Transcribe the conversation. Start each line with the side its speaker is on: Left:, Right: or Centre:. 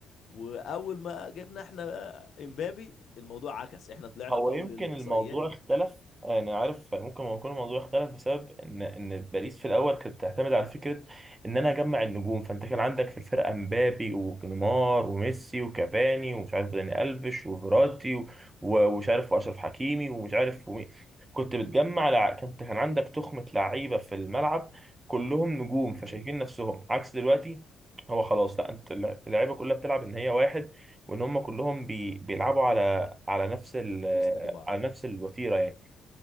Left: واول ما جبنا احنا بقى امبابي الموضوع عكس احنا طلعنا
Right: هو
Left: في اول
Right: يمكن
Left: الاقصائيات
Right: الموضوع اختلف انا عارف ممكن يكون الموضوع اختلف بسبب ان ان باريس في الاول كانت بتعتمد على فكره ان انا اجمع النجوم فانت كان عندك في الفرقه مبابي ونيمار وميسي وكافاني ومش عارف داني الفيش وفيراتي و- ومش عارف واشرف حكيمي ومش عارف ومين كنت بتجمع لع... كنت كان عندك تخمه لعيبه في الملعب كلهم نجوم فشايفين
Left: ايوه
Right: نفسهم عكس دلوقتي هو خلاص لا انت اللعيبه كلها بتلعب ان هي واحد وان هم كلهم بي... بيلعبوا على على نفس ال
Left: بيسندوا بعض
Right: على نفس الوتيرة يعني